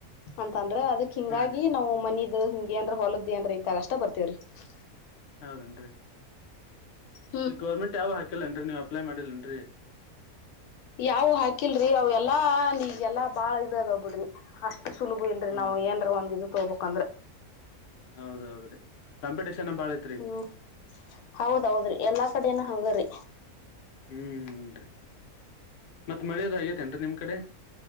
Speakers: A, on the left; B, on the left.
A: ಅಂತಂದ್ರೆ ಅದಕ್ <unintelligible> ಹಿಂಗಾಗಿ
B: ಹಾ ರೀ
A: ನಾವು ಮನದ್ ಹಿಂಗಿ ಅಂ ದ್ರ ಹೊಲದ್ದಿ ಅಂದ್ರ ಇದ್ದಾಗ ಅಷ್ಟ ಬರ್ತೇವ್ರಿ <unintelligible>
B: ಹೌದೇನ್ ರೀ <unintelligible>
A: ಹೌ
B: ಈ ಗೌರ್ಮೆಂಟ್ ಯಾವ ಹಾಕಿಲ್ಲಏ ರೀ ನೀವು ಅಪ್ಲೈ ಮಾಡಿಲ್ಲೇನ್ರಿ
A: ಯಾವ ಹಾಕಿಲ್ರರಿ ಅವ ಎಲ್ಲಾ ನೀಗೆಲ್ಲಾ ಬಾಳ ಇದು ಅದಾವ ಬಿಡ್ರಿ ಅಷ್ಟ ಸುಲಭ ಇಲ್ರರಿ
B: ಹೌದು
A: ನಾವ್ ಏನ್ರ ಒಂದ್ ಇದು ತೊೋಬಬೇಕಕ್ಂದ್ರ
B: ಹೌದೌದ ರೀ ಕಂಪಿಟೇಷನ್ ಬಾಳ ಐತ್ ರೀ ಈಗ
A: ಹ್ಮ್ ಹೌದೌದ್ರಿ ಎಲ್ಲಾ ಕಡೆನ ಹಂಗ್ರರಿ
B: ಹೂ ಹನ್ರಿ ಮತ್ತ್ ಮಳೆದ ಆಗೇತೆೇನ್ರರಿ ನಿಮ್ ಕಡೆ